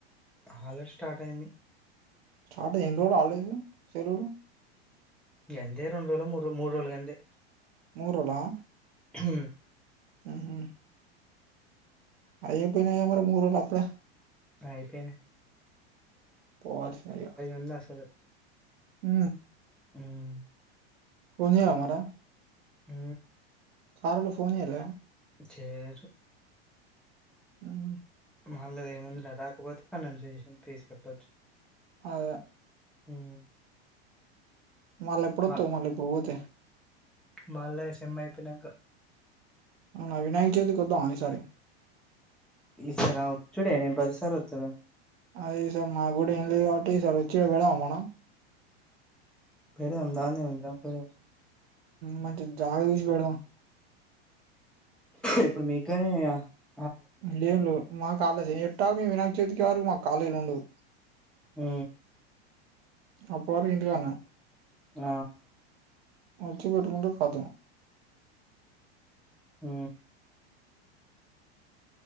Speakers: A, in the centre; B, on the right.
A: హాలర్ స్టార్ట్ అయింది
B: స్టార్ట్ అయి ఎన్నిరోజులు హాల్డేలు సెలులు
A: యంతే రెన్ రోలో మూర్ మూ రోలు గంతే
B: మూరలా
A: హూ
B: ఉహు అయిపొయినైగా మరి మర్రోలు అపుడే
A: అయిపోయిన
B: పోవాల్సినదిగ
A: ఉంది అసలు.
B: ఊ
A: హ్మ్.
B: ఫోన్ జేవ మర
A: ఊ
B: సారొలు ఫోన్ చేయలే
A: చేరు
B: ఉహు
A: వాళ్ళది ఏముంది రా రాకపోతే ఫైనన్సేషన్ ఫీజ్ కట్టొచ్చు
B: అదే
A: హ్మ్.
B: మళ్ళెప్పుడుత్తవ్
A: మ
B: మళ్ళ ఇప్పుడు పోతే
A: మళ్ళా ఈ సేమ్ అయిపోయినంక
B: అవునా వినాయ చేతికి వద్దా ఈసారి
A: ఈసారా ఒచ్చుడే నేన్ పది సార్ వత్తద
B: అదే ఈ సార్ మా గూడా ఏంలే గాబట్టి ఈ సార్ వచ్చి ఈడ <unintelligible> మనం
A: పెరు అందాంది ఉందా ఫ
B: మంచి జాగ చూసి పెడ్దాం
A: ఇప్పుడు మీగ్గాని అ
B: లీవ్లు మా కాలేజి ఎట్టా మీ వినాయక చవితికి వరకు మాకు కాలేజ్లు ఉండవు
A: ఊ
B: అప్పరి ఇంటిగాన్న
A: ఆ
B: మంచి పెట్టుకుంటే కాదు
A: ఊ